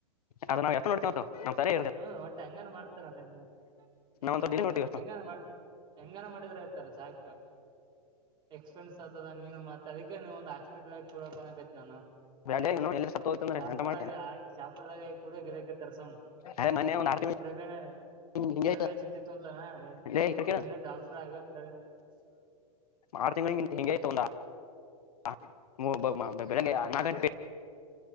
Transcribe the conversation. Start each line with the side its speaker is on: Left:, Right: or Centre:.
Left: ಅದ ನಾವ್ ಎಷ್ಟ ನೋಡ್ತೀವ ಅಂತ ನಮ್ ಸರಿ ಇರ್ತದೆ
Right: ಹ್ಮ್ ಹೊಟ್ಟೆ ಹಂಗಾನ ಮಾಡ್ತೇನೆ ಅದ ಹೆಂಗ ಹ್ಮ್
Left: ನಾವಂತ ಡೈಲಿ ನೋಡ್ತೀವಿ ಅಷ್ಟ
Right: ಹೆಂಗ ಮಾಡ ಹೆಂಗನ ಮಾಡಿದ್ರೆ ಆತಾರ ಸಾಕು ಎಕ್ಸ್ಪೀರೆನ್ಸ್ ಆಗ್ತದ ನೀನು ಸದಕ್ಕೆ ನೀವ ಒಂದ್ ಹಾಸ್ಪಿಟ್ಲ್ ಕೂಡ ಬಕೈತಿ ನಾನು
Left: ಬ್ಯಾಡ ಇನ್ನು ಎಲ್ಲಿ ಸತ್ತು ಹೋಯ್ತಂದ್ರೆ
Right: ಶಾಪುರದಾಗ
Left: ಎಂತ ಮಾಡ್ತೇನೆ
Right: ಆಗಿ ಶಾಪುರದಾಗ ಕೂಡ ಗಿದಕ್ಕೆ ತರ್ಸಂ
Left: ಅದೇ ಮೊನ್ನೆ ಒಂದ್ ಆರ್ ತಿಂಗಳು
Right: ಪ್ರಭೆನ
Left: ಹಿಂಗೆ
Right: ಪ್ರಭೆ
Left: ಆಯ್ತು
Right: ಚಿತ್ತಿತ್ತು ಅಂತಾನ
Left: ಲೇ ಈ ಕಡೆ ಕೇಳು
Right: ನೀನು ಡಾಕ್ಟರ್ ಆಗೋ ಪ್ರ <unintelligible>
Left: ಆರ್ ತಿಂಗಳಂತ ಹೆಂಗೈಗತೊಂಡ <unintelligible> ಹ <unintelligible>